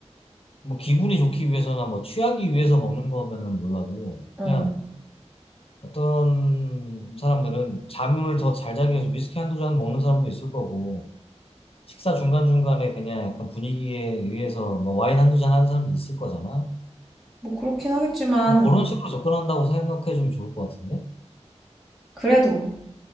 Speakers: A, on the left; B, in the centre.
A: 뭐 기분이 좋기 위해서나 뭐 취하기 위해서 먹는 거면은 몰라도
B: 어,
A: 그냥 어떤 사람들은 잠을 더 잘 자기 위해서 위스키 한두 잔 먹는 사람도 있을 거고 식사 중간중간에 그냥 약간 분위기에 의해서 뭐 와인 한두 잔 하는 사람도 있을 거잖아.
B: 뭐 그렇긴 하겠지만,
A: 그냥 그런 식으로 접근한다고 생각해 주면 좋을 것 같은데?
B: 그래도.